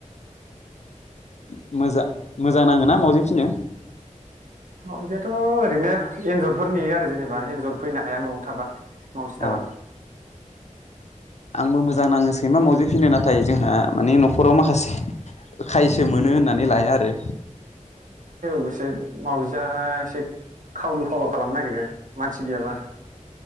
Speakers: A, on the left (about 55°); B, on the right (about 75°).
A: <inaudible> मोजा मोजां नाङो ना मावजि फिसिनो
B: मावजिआथ' ओरैनो एन्जरफोरनि आरो जेनेबा एन्जर फैनो हाया न'आव थाबा मावजि
A: अ
B: थाबा
A: आंबो मोजां नाङो सैमा मावजिफिसिनो नाथाय जोंहा माने न'खराव माखासे खायसो मोनो होननानै लाया आरो
B: अबसे माउजिया एसे खावलु खावला खालामनो नागिरो। मानसि गैयाबा